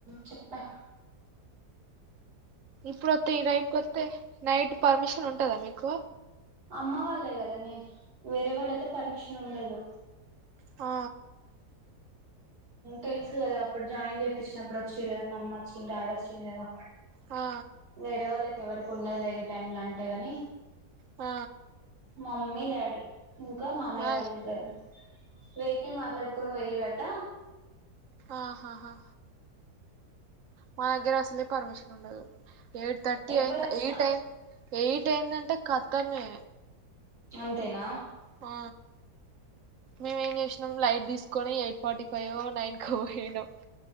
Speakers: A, on the right; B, on the right.
A: చెప్పా
B: ఇప్పుడొత్తే ఈ టైమ్ కొత్తే నైట్ పర్మిషన్ ఉంటదా మీకు
A: అమ్మ వాళ్ళే గదనే వేరే వాళ్ళైతే పర్మిషన్ ఉండదు
B: ఆ
A: తెలుసు గదా అప్పుడు జాయిన్ చేపిచినప్పుడు వచ్చిరు కదా మమ్మొచ్చిన్ డాడ్ వచ్చిండు గదా
B: ఆ
A: వేరే వాళ్ళకి ఎవరికి ఉన్నదిలే ఈ టైమ్ లో అంటే గని
B: ఆ
A: మమ్మీ డాడీ ఇంకా మామయ్య
B: మా
A: వాళ్ళిద్దరు వేయ్కిల్ మాట్లాడుకొని పోయ్యిరట
B: ఆహాహా మా దగ్గర అసలే పర్మిషన్ ఉండదు ఎయిట్ థర్టీ
A: ఎవ్వరొచ్చినా
B: అయింద్ ఎయిట్ అయింద్ ఎయిట్ అయిందంటే కతమే
A: అంతేనా
B: ఆ మేమేం చేసినం లైట్ తీస్కోని ఎయిట్ ఫార్టీ ఫైవో నైన్ కో బొయినం